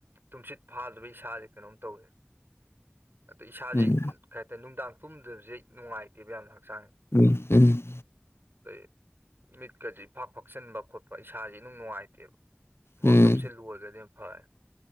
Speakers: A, on the right; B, on the left.
A: ꯇꯨꯝꯁꯤꯠ ꯐꯥꯗꯕ ꯏꯁꯥꯁꯦ ꯀꯩꯅꯣꯝ ꯇꯧꯋꯦ ꯑꯗꯣ ꯏꯁꯥꯁꯦ
B: ꯎꯝ
A: ꯀꯩ ꯍꯥꯏꯇꯥꯔꯦ ꯅꯨꯡꯗꯥꯡ ꯇꯨꯝꯗꯕꯁꯦ ꯅꯨꯡꯉꯥꯏꯇꯦꯕ ꯌꯥꯝꯅ ꯍꯛꯆꯥꯡꯁꯦ
B: ꯎꯝ ꯎꯝ
A: ꯑꯩ ꯃꯤꯠꯀꯁꯤ ꯏꯐꯥꯛ ꯐꯥꯛꯆꯟꯕ ꯈꯣꯠꯄ ꯏꯁꯥꯥꯁ ꯅꯨꯡ ꯅꯨꯡꯉꯥꯏꯇꯦꯕ ꯋꯥ
B: ꯎꯝ
A: ꯀꯞꯁ ꯂꯨ ꯑꯣꯏꯒꯗꯤ ꯐꯔ